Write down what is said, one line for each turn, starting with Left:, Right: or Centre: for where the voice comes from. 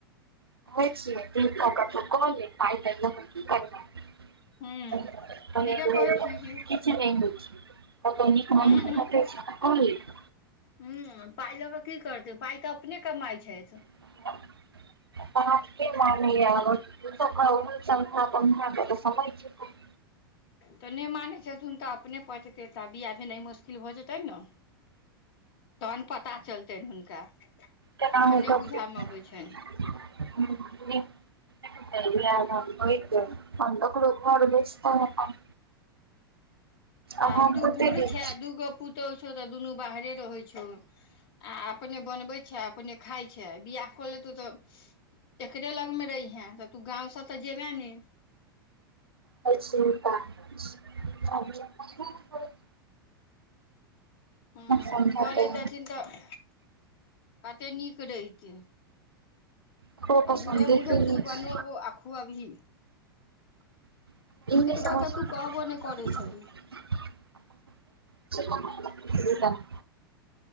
Right: <inaudible> कहय छियै द क कल पाइ की करब <inaudible>
Left: हूँ
Right: <inaudible>
Left: ठीके
Right: नय
Left: कहै छियै की
Right: कत नीक
Left: उहूँ ह पाइ लऽ कऽ की करतै पाइ तऽ अपने कमाइ छैथ
Right: <inaudible> <inaudible>
Left: तऽ नय मानैत छथुन तऽ अपने पचेतै तऽ बिया भेनाइ मुश्किल भऽ जेतै ने तहन पता चलतनि हुनका
Right: केनाहु
Left: अखन नय
Right: कऽ
Left: बुझएमे अबैत छैन
Right: <inaudible> <inaudible> आब
Left: आ
Right: हम
Left: तू
Right: कते
Left: बूढ़
Right: दिन
Left: छै आ दूगो पुतहु छौ तऽ दुनू बाहरे रहै छौ आ अपने बनबै छै आ अपने खाइ छै आ बियाह खो लेतहुँ तऽ एकरे लगमे रहिहेँ तऽ तू गाँवसँ तऽ जेबह ने
Right: <inaudible>
Left: हँ
Right: समझतै
Left: कऽ लैत छथिन तऽ कते नीक रहितै
Right: ककरो पसन्द
Left: आ बुढ़े
Right: देखै
Left: बुढ़े
Right: नहि
Left: तू बानूब
Right: छी
Left: आखू अबही
Right: इ
Left: भऽ कऽ तू कहबो नहि करै
Right: <inaudible>
Left: छही
Right: <inaudible>